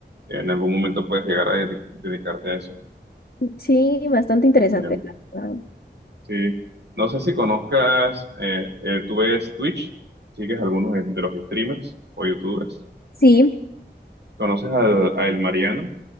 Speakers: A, on the right; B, on the left.
A: que en algún momento puedes llegar a dedi- dedicarte a eso.
B: sí, bastante
A: Está
B: interesante,
A: genial.
B: la verdad.
A: Sí. No sé si conozcas, eh, eh, tú ves Twitch, sigues algunos de de los streamers o youtubers.
B: Sí,
A: ¿Conoces al- a, El Mariana?